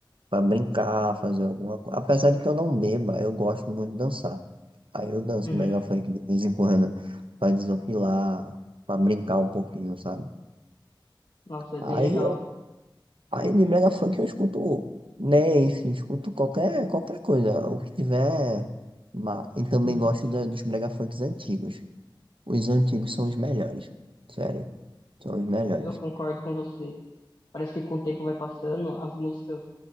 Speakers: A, on the right (about 80°); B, on the left (about 55°).
A: Pra brincar, fazer alguma coisa. Apesar de que eu não beba, eu gosto muito de dançar. Aí eu danço
B: Uhum.
A: melhor funk de vez em quando, pra desopilar, pra brincar um pouquinho, sabe?
B: Nossa, é
A: Aí,
B: bem legal.
A: eu, aí de mega funk eu escuto Nef, escuto qualquer, qualquer coisa, o que tiver. ma- E também
B: Hum,
A: gosto da- dos mega funks antigos. Os antigos são os melhores, sério, são os melhores.
B: Eu concordo com você. Parece que com o tempo vai passando, as músicas